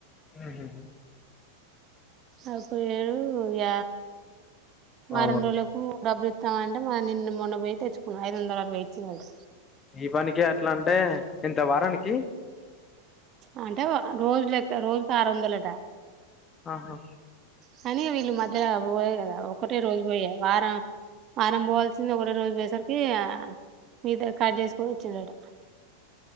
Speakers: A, on the left (about 20°); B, on the right (about 35°).
A: ఉమ్ ఉమ్మ్
B: అప్పుడు ఏరు ఇగ.
A: అవును.
B: ఆ రెండు రోజులకు డబ్బులు ఇస్. ఇస్తామంటే నిన్న మొన్న పోయి తెచ్చుకున్నాడు ఐదు వందలు అడ్. వేయి ఇచ్చినాడట.
A: ఈ పనికే అట్లా అంటే ఇంత వారానికి.
B: అంటే రోజులెక్క రోజుకు ఆరు వందలట.
A: ఆహా.
B: కానీ వీళ్ళు మధ్యల పోయలే కదా ఒకటే రోజు పోయరు వారం వారం పోవాల్సింది ఒకటే రోజు పోయేసరికి మీగతది కట్ చేసుకొని ఇచ్చిండట.